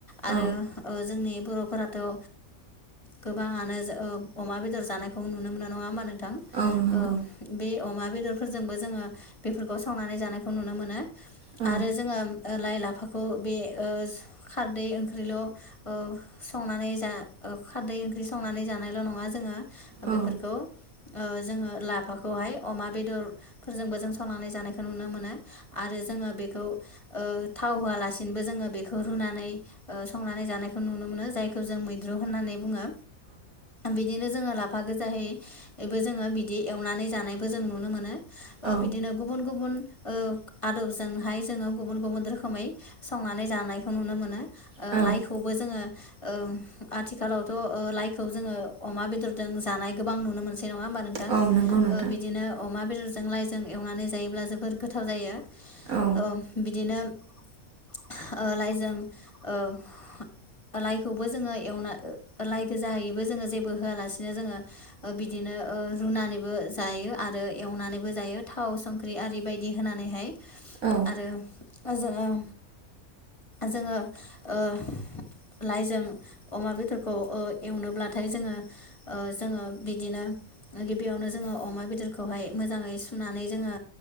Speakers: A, on the right; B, on the left.
A: औ
B: आरो ओ जोंनि बर' थ' ओ गोबाङानो ओ अमा बेदर जानायखौ नुनो मोनो नङा होमबा नों थां
A: औ नंगौ
B: ओ बे अमा बेदरफोरजोंबो जोङो बेफोरखौ संनानै जानायखौ नुनो मोनो।
A: औ
B: आरो जोङो ओ लाय लाफ खौ बे ओस खारदै ओंख्रिल' ओ संनानै जा ओ खारदै ओंख्रि संनानै जानायल' नङा जोङो
A: औ
B: बेफोरखौ ओ जोङो लाफाखौहाय अमा बेदर फोरजोंबो जों संनानै जानायखौ नुनो मोनो। आरो जोङो बेखौ। ओ थाव होआलासिनोबो जोङो बेखौ रुनानै संनानै जानायखौ नुनो मोनो जाय खौ जों मैद्रु होननानै बुङो। बिदिनो जोङो ला फा गोजायैबो जोङो बिदि एवनानै जानायबो जों नुनो मोनो। ओ
A: औ
B: बिदिनो गुबुन गुबुन। ओ आदबजोंहाय जोङो गुबुन गुबुन रोखोमै संनानै जानायखौ नुनो मोनो। ओ
A: औ
B: लाइखौबो जोङो। ओ आथिखालावथ' ओ लाइखौ जोङो अमा बेदरजों जानाय गोबां नुनो मोनसै। नङा होमबा नोंथां ओ
A: औ नंगौ नोंथां
B: बिदिनो अमा बेदर जों लाइजों एवनानै जायोब्ला जोबोर गोथाव जायो।
A: औ
B: ओ बिदिनो ओ लाइजों ओ लाइ खौबो जोङो एवना लाइ गोजाहायैबो जोङो जेबो होआलासिनो जोङो ओ बिदिनो ओ रुनानैबो जायो आरो एवनानैबो जायो थाव संख्रि आरि बायदि होनानैहाय।
A: औ
B: आरो। लाइजों औ जोङो ओ। लाइजों अमा बेदरखौ ओ एवनोब्लाथाय जोङो ओ जोङो बिदिनो गिबियावनो जोङो अमा बेदरखौहाय मोजाङै सुनानै जोङो